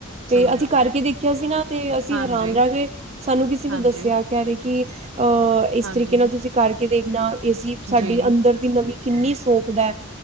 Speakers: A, on the right (about 30°); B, on the right (about 70°).
A: ਤੇ
B: ਸਹੀ
A: ਅਸੀਂ
B: ਗੱਲ
A: ਕਰਕੇ
B: ਹੈ
A: ਦੇਖਿਆ ਸੀ ਨਾ, ਤੇ ਅਸੀਂ
B: ਹਾਂਜੀ
A: ਹੈਰਾਨ ਰੈ ਗਏ। ਸਾਨੂੰ ਕਿਸੇ ਨੇ
B: ਹਾਂਜੀ
A: ਦੱਸਿਆ, ਕਹਿ ਰਹੇ ਕਿ ਅਹ' ਇਸ
B: ਹਾਂਜੀ
A: ਤਰੀਕੇ ਨਾਲ ਤੁਸੀਂ ਕਰਕੇ ਦੇਖਣਾ, ਏ ਸੀ ਸਾਡੀ
B: ਜੀ
A: ਅੰਦਰ ਦੀ ਨਮੀ ਕਿੰਨੀ ਸੋਖ ਦਾ।